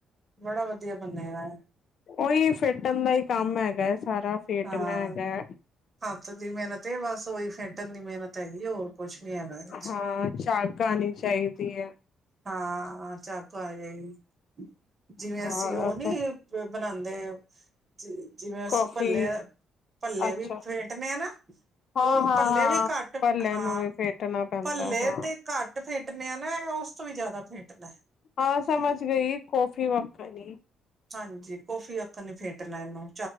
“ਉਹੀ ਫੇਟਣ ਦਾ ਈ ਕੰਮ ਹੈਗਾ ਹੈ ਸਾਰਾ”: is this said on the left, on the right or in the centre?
Left